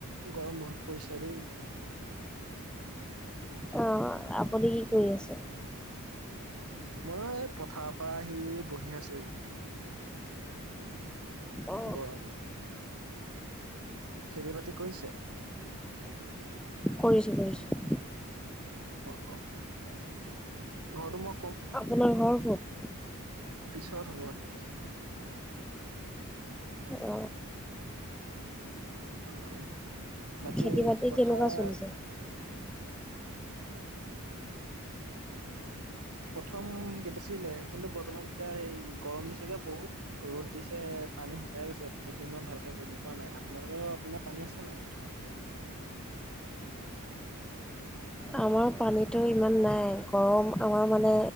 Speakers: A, on the right (about 80°); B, in the centre.
A: গৰম বহুত পৰিইচা দেই।
B: অ আপুনি কি কৰি আছে?
A: মই এই পথাৰ পৰা আহি বহি আছোঁহি।
B: অ
A: ঘৰতে। খেতি বাতি কৰিছে?
B: কৰিছো কৰিছো
A: অ অ ঘৰ ম
B: আপোনাৰ ঘৰ কত
A: পিছৰ হ'ব
B: অ
A: উম উম বাকী
B: খেতি বাতি
A: পথাৰ
B: কেনেকুৱা চলিছে
A: প্ৰথম <unintelligible> ছিলে কিন্তু বৰ্তমান এতিয়া হেই গৰম দিছে যে বহুত ৰ'দ দিছে পানী শুকাই গৈছে খেতি মই ভালকে কৰিব পৰা নাই আপোনালোকৰ পিনে পানী আছে নাই পথাৰত <inaudible>
B: আমাৰ পানীতো ইমান নাই গৰম আমাৰ মানে